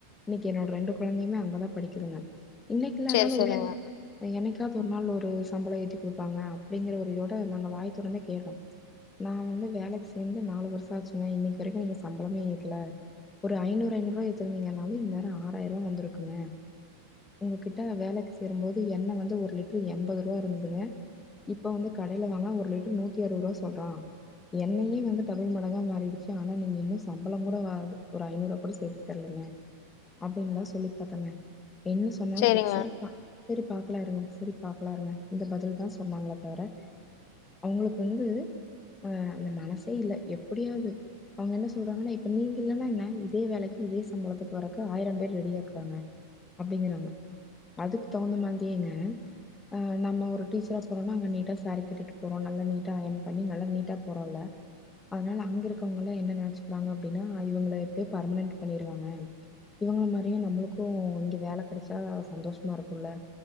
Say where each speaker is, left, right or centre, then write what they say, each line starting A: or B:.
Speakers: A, on the left; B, on the left.
A: இன்னைக்கி என்னோட ரெண்டு குழந்தையுமே அங்கதா படிக்கிதுங்க இன்னைக்கி இல்லனாலு
B: சரி சரிங்க
A: என்னைக்காவுது ஒரு நாள் ஒரு சம்பளோ ஏத்தி கொடுப்பாங்க அப்டிங்கிற ஒரு இதோட நாங்க வாய்ய தொரந்து கேட்டோ நா வந்து வேலைக்கி சேந்து நாலு வருஷோ ஆச்சுங்க இன்னைக்கி வரைக்கு நீங்க சம்பளமே ஏத்தல ஒரு ஐநூறு ஐநூருவா எத்திருந்தீங்கனாலு இன்நேரோ ஆராயிருவா வந்திருக்குங்க ஒங்க கிட்ட நா வேலைக்கி சேரும்போது எண்ண வந்து ஒருலிட்டரு எம்பது ருவா இருந்ததுங்க இப்போ வந்து கடைல வாங்குனா ஒரு லிட்ரு நூத்தி அருவோருவா சொல்றா என்னையே வந்து டபுள் மடங்கா மாறிடுச்சு ஆனா நீங்க இன்னு சம்பளோ கூட வ ஒரு ஐநூறுவா கூட சேத்து தர்லிங்க அப்டின்லா சொல்லி பாத்தேங்க என்ன சொ சொன்னாலு
B: சரிங்க
A: செரி செரிபா செரி பாக்லா இருங்க செரி பாக்லா இருங்க இந்த பதில் தா சொன்னாங்க தவர அவுங்ளுக்கு வந்து ஆ அந்த மனசே இல்ல எப்டியாவ்து அவ்ங்க என்ன சொல்றாங்கன்னா இப்ப நீங்க இல்லன்னா என்னால இதே வேலைக்கி இதே சம்பளத்துக்கு வரக்கு ஆயிரம் பேர் ரெடியா இருக்கறாங்க அப்டிங்கறாங்க அதுக்கு தகுந்த மாதிரியேங்க ஆ நம்ம ஒரு டீச்சரா போறோனா பண்ணிட்டோ சேரி கட்டிட்டு போறோ நல்லா நீட்டா அயன் பண்ணி நல்லா நீட்டா போறோல்ல அதுனால அங்க இருக்கறவ்ங்களா என்ன நெனச்சுக்கிறாங்க அப்டின்னா இவுங்கள எப்டியு பர்மனன்ட் பண்ணிடுவாங்க இவுங்கள மாரியே நம்ளுக்கு இங்க வேல கெடச்சா சந்தோஷமா இருக்குல்ல